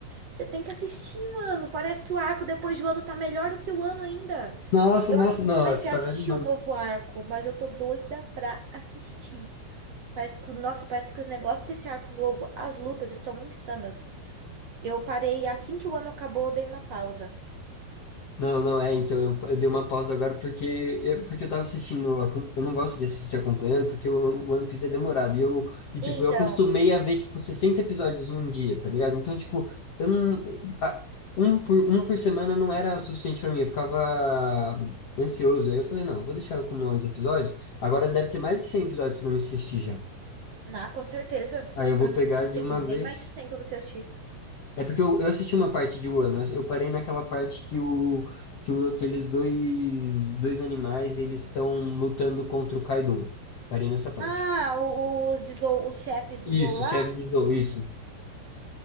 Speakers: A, on the right (about 85°); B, on the left (about 65°).
A: Você tem que assistir, mano. Parece que o arco depois do ano tá melhor do que o ano ainda.
B: Nossa,
A: Eu
B: nossa,
A: ainda não
B: nossa,
A: comecei
B: tá
A: a assistir
B: vendo?
A: o novo arco, mas eu tô doida pra assistir. Parece que, nossa, parece que os negócios desse arco novo, as lutas estão insanas. Eu parei assim que o ano acabou, eu dei uma pausa.
B: Não, não, é, então eu, eu dei uma pausa agora porque eu, porque eu tava assistindo, acom- eu não gosto de assistir acompanhando porque o o One Piece é demorado, e eu, e tipo,
A: Então,
B: eu acostumei a ver, tipo, 60 episódios em um dia, tá ligado? Então, tipo, eu não, a- um por, um por semana não era suficiente pra mim, eu ficava ansioso, aí eu falei, não, eu vou deixar eu acumular uns episódios, agora deve ter mais de 100 episódios pra me assistir já,
A: na com certeza, se
B: aí
A: você
B: eu
A: parar
B: vou
A: no
B: pegar
A: meu
B: de
A: tem
B: uma
A: bem
B: vez,
A: mais de 100 pra você assistir.
B: é porque eu, eu assisti uma parte de Wano, eu parei naquela parte que, o, que o- aqueles dois, dois animais, eles estão lutando contra o Kaido. Parei nessa parte.
A: Ah, o- o- os, de Zou- os chefes do
B: Isso,
A: Zou lá?
B: chefe de Zou, isso.